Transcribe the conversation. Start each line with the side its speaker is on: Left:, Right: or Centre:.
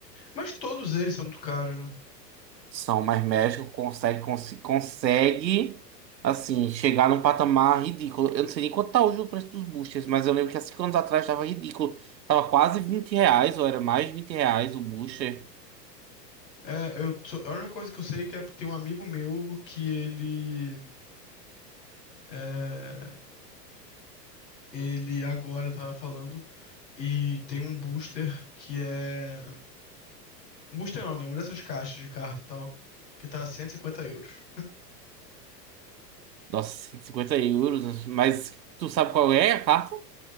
Left: Mas todos eles são muito caros, né?
Right: São, mas Magic consegue, cons- consegue, assim, chegar num patamar ridículo. Eu não sei nem quanto tá hoje o preço dos boosters, mas eu lembro que há cinco anos atrás tava ridículo. Tava quase 20 reais, ou era mais de 20 reais o booster.
Left: É, eu sou- a única coisa que eu sei é que é- tem um amigo meu que ele. é, ele agora tava falando e tem um booster que é. Um booster não, né? Uma dessas caixas de carta e tal, que tá 150 euros.
Right: Nossa, 150 euros. Mas tu sabe qual é a carta?